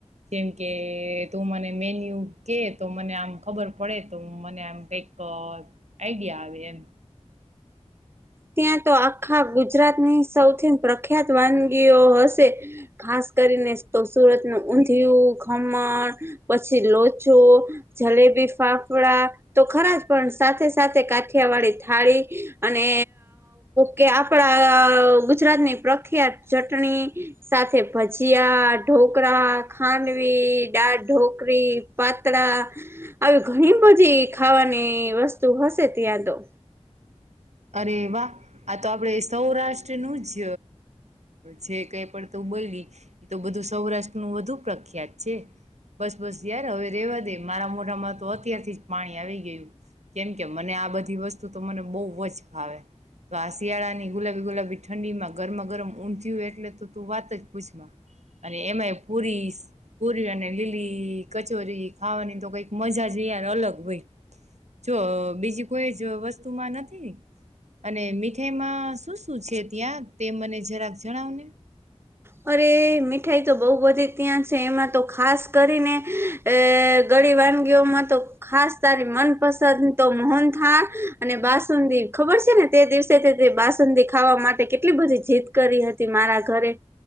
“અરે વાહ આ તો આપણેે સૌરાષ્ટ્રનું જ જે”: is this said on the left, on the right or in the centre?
Right